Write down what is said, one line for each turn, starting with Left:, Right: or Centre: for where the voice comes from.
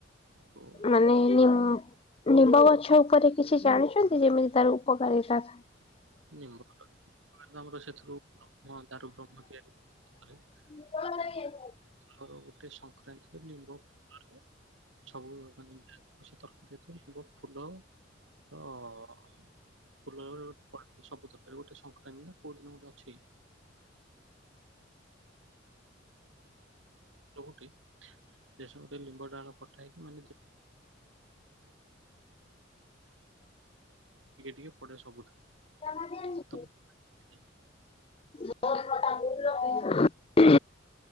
Right: ହଉ।
Left: ମାନେ ନି ନିମ୍ବ ଗଛ ଉପରେ କିଛି ଜାଣିଛନ୍ତି ଯେମିତି ତାର ଉପକାରିତା।
Right: <unintelligible>
Left: <inaudible>
Right: ତାର ଗୋଟେ ସ <unintelligible> ଫୁଲ ର ଫୁଲ ରୁ ସେ ସବୁ ଦରକାର ଗୋଟେ ସଂକ୍ରାନ୍ତି ନା କୋଉଁ ଦିନ ଗୋଟେ ଅଛି। <unintelligible> ସେ ସବୁ ରେ ଲିମ୍ବ ଡାଳ ପ <unintelligible> ଟିକେ ଟିକେ ପଡ଼େ ସବୁଥିରେ।
Left: <inaudible>
Right: <unintelligible>
Left: <inaudible>